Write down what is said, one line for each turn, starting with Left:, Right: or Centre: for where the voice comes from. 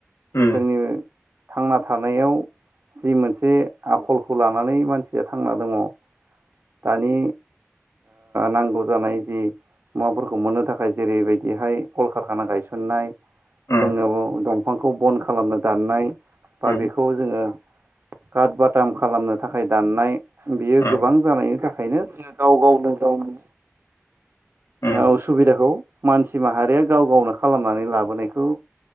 Left: उम
Right: जोंनि थांना थानायाव जि मोनसे आखलखौ लानानै मानसिया थांना दङ दानि नांगौ जानाय जि मुवाफोरखौ मोननो थाखाय जेरैबायदिहाय कलकारखाना गायसननाय
Left: उम
Right: जोङो दंफांखौ बन खालामनो दाननाय बा
Left: उम
Right: बेखौ जोङो कार्ड बाटाम खालामनो थाखाय दाननाय बेयो
Left: उम
Right: गोबां जानायनि थाखायनो गाव गावनो गावनि
Left: उम
Right: ओ उसुबिदाखौ मानसि माहारिया गाव गावनो खालामनानै लाबोनायखौ